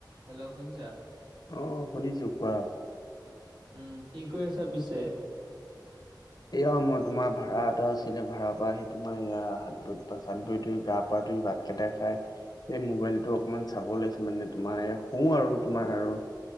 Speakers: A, on the right (about 70°); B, on the left (about 55°).
A: Hello শুনিছা।
B: অ' শুনিছো কোৱা।
A: উম কি কৰি আছা পিছে।
B: এয়া মই তোমাৰ ভড়া এটা আছিলে ভাৰা পৰা আহি তোমাৰ ইয়াত হাত ভৰি পা ধুই গা পা ধুই ভাত কেইটা খাই এই মোবাইলটো অকমান চাব ওলাইছো মানে তোমাৰ শু আৰু তোমাৰ আৰু।